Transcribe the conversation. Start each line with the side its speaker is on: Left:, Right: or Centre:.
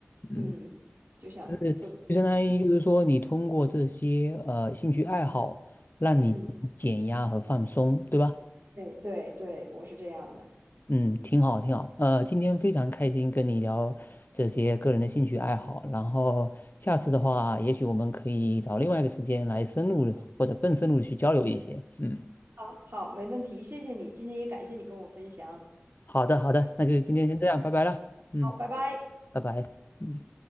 Left: 嗯，
Right: 嗯，就想做，
Left: 就是就相当于就是说，你通过这些呃兴趣爱好，让你减压和放松，
Right: 嗯，
Left: 对吧？
Right: 对对对，我是这样的。
Left: 嗯，挺好，挺好。呃，今天非常开心跟你聊这些个人的兴趣爱好，然后下次的话，也许我们可以找另外一个时间来深入地或者更深入的去交流一些。嗯，
Right: 好，好，没问题，谢谢你，今天也感谢你跟我分享，
Left: 好的，好的，那就今天先这样，拜拜了。嗯，
Right: 好，拜拜。
Left: 拜拜。嗯。